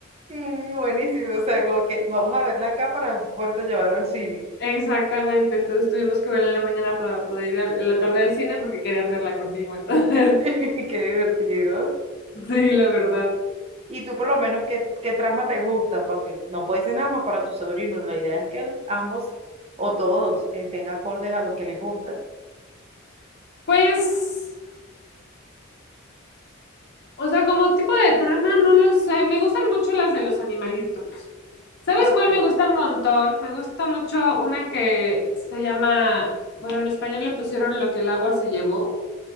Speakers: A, on the right; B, on the left.
A: mm, buenísimo, o sea, como que vamos a verla acá para poder llevarlo al cine.
B: Exactamente, entonces tuvimos que verla en la mañana para poder ir al- en la tarde al cine porque querían verla conmigo, entonces,
A: <laughs> Qué divertido.
B: <laughs> sí, la verdad.
A: Y tú por lo menos, ¿qué, qué trama te gusta? Porque no puede ser nada más para tus sobrinos. La idea es que el- ambos o todos estén acordes a lo que les gusta.
B: Pues, o sea, como tipo de trama, no lo sé, me gustan mucho las de los animalitos. ¿Sabes
A: Y Ok,
B: cuál me gusta un montón? Me gusta mucho una que se llama, bueno, en español le pusieron Lo que el agua se llevó,